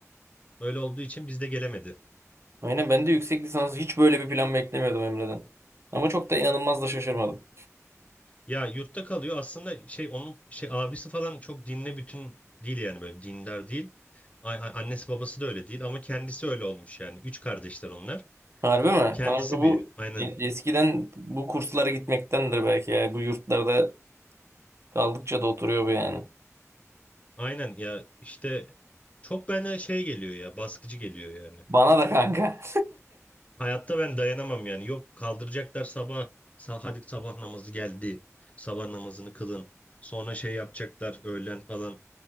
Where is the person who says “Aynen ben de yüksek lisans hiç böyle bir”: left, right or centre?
Right